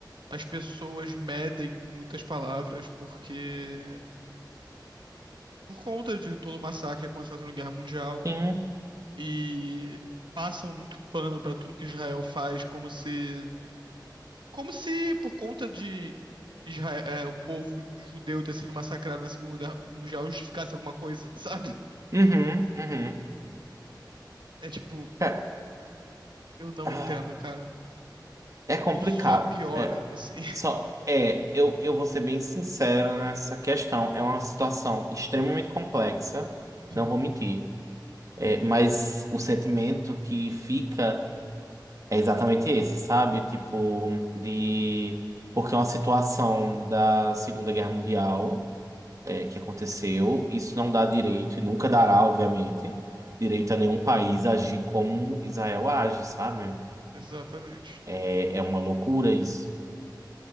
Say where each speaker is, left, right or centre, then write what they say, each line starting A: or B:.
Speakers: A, on the right; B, on the right.
A: as pessoas medem muitas palavras porque, por conta de todo o massacre que aconteceu na Segunda Guerra Mundial,
B: Sim.
A: e passam muito pano pra tudo que Israel faz, como se, como se por conta de Israel, é, o povo judeu ter sido massacrado na Segunda Guerra Mundial justificasse alguma coisa, <laughs> sabe?
B: Uhum, uhum.
A: É tipo,
B: É,
A: eu não
B: ah,
A: entendo, cara.
B: é complicado.
A: E só piora,
B: É,
A: assim. <laughs>
B: Só, é, eu, eu vou ser bem sincero nessa questão. É uma situação extremamente complexa,
A: Sim.
B: não vou mentir. É, mas o sentimento que fica é exatamente esse, sabe? Tipo, de. Porque é uma situação da Segunda Guerra Mundial, é, que aconteceu. Isso não dá direito, e nunca dará, obviamente, direito a nenhum país agir como Israel age, sabe?
A: Exatamente.
B: É, é uma loucura isso.